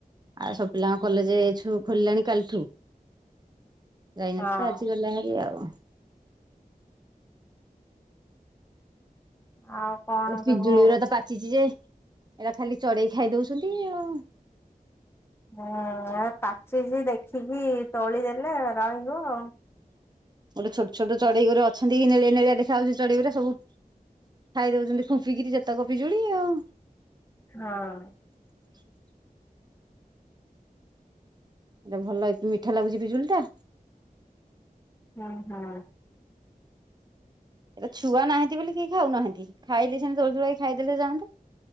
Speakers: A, on the right; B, on the left.
A: ଆଉ ସବୁ ପିଲାଙ୍କ କଲେଜ ଖୋଲିଲାଣି କାଲିଠୁ। ଯାଇନଥିଲେ
B: ହଁ।
A: ଆଜି ଗଲେ ଭାରି ଆଉ।
B: ଆଉ କଣ
A: ପିଜୁଳି
B: ସବୁ
A: ଗୁରା ତ ପାଚିଛି ଯେ ଏଇଟା ଖାଲି ଚଢେଇ ଖାଇ ଦଉଛନ୍ତି ଆଉ।
B: ହଁ ପାଚିଛି ଦେଖିକି ତୋଳି ଦେଲେ ରହିବ ଆଉ।
A: ଗୋଟେ ଛୋଟ ଛୋଟ ଚଢେଇ ଗୋରେ ଅଛନ୍ତି, ନେଳିଆ ନେଳିଆ ଦେଖାଯାଉଛି ଚଢେଇଗୁରା ସବୁ ଖାଇ ଦଉଛନ୍ତି ଖୁମ୍ପିକିରି ଯେତକ ପିଜୁଳି ଆଉ।
B: ହଁ।
A: <inaudible> ଏଟା ଭଲ ମିଠା ଲାଗୁଛି ପିଜୁଳି ଟା?
B: ହୁଁ ହୁଁ।
A: ଏଇଟା ଛୁଆ ନାହାନ୍ତି ବୋଲି କେହି ଖାଉ ନାହାନ୍ତି। ଖାଇଲେ ସେନ୍ତି ତୋଳୀ ତୁଳାକି ଖାଇଦଲେ ଜାନ